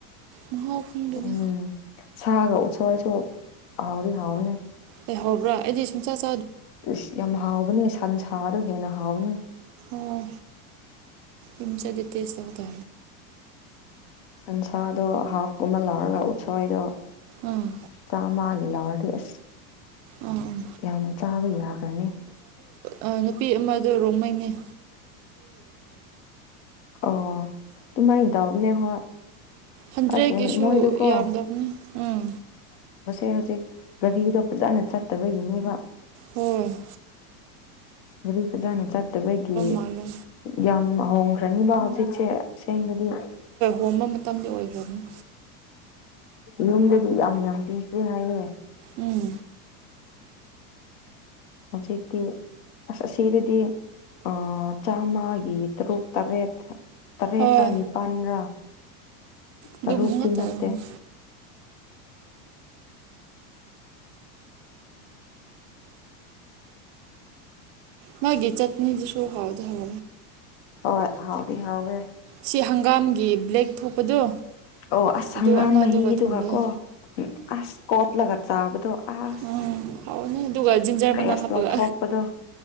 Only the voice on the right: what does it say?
ꯃꯍꯥꯎ ꯐꯪꯗꯗ
ꯂꯩꯩꯍꯧꯕ꯭ꯔꯥ ꯑꯩꯗꯤ ꯁꯨꯡꯥꯠ
ꯑꯣ ꯏ ꯆ ꯑꯗꯨ ꯇꯁ ꯇꯧꯕ ꯇꯦ
ꯎꯝ
ꯎꯝ ꯎꯝ
ꯑ ꯅꯨꯄꯤ ꯑꯃꯗ ꯔꯣꯡꯃꯩꯅꯤ
ꯍꯟꯗ꯭ꯔꯦꯒꯤꯁꯨ
ꯌꯥꯝꯗꯕꯅꯤ ꯎꯝ
ꯎꯝ
ꯃꯥꯜꯂꯦ
ꯀꯣꯝꯕ ꯃꯇꯝꯗ ꯑꯣꯏꯈꯕꯅꯤ
ꯎꯝ
ꯍꯣꯏ
ꯑꯗꯨꯝ ꯉꯥꯛꯇ
ꯑꯣꯏꯔꯝꯅꯤ ꯃꯥꯒꯤ ꯆꯠꯅꯤꯗꯤ ꯁ ꯐꯥꯎꯗ ꯍ
ꯁꯤ ꯍꯪꯒꯥꯝꯒꯤ ꯕ꯭ꯂꯦꯛ ꯊꯣꯛꯄꯗꯣ
ꯑꯗꯨ
ꯑꯃꯗꯨ
ꯊꯣꯡꯕꯅꯤ
ꯎꯝ ꯍꯥꯎꯕꯅꯦ ꯑꯗꯨꯒ ꯖꯤꯟꯖꯔ
ꯃꯅꯥ ꯍꯥꯞꯄꯒ